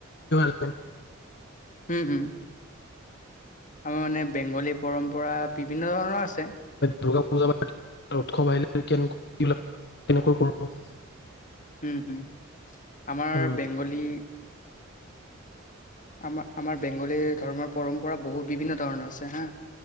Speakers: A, on the left (about 55°); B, on the left (about 40°).
A: উম।
B: উম হুম। আমাৰ মানে বেংগলী পৰম পৰা বিভিন্ন ধৰণৰ আছে।
A: দুৰ্গা পূজা পাতল, উৎসৱ আহিলে কেনেকৈ এইবিলাক কেনেকৈ কৰো?
B: হম হুম আমাৰ
A: উম
B: বেংগলী আমাৰ আমাৰ বেংগলী ধৰ্মৰ পৰম্পৰা বহুত বিভিন্ন ধৰণৰ আছে হা।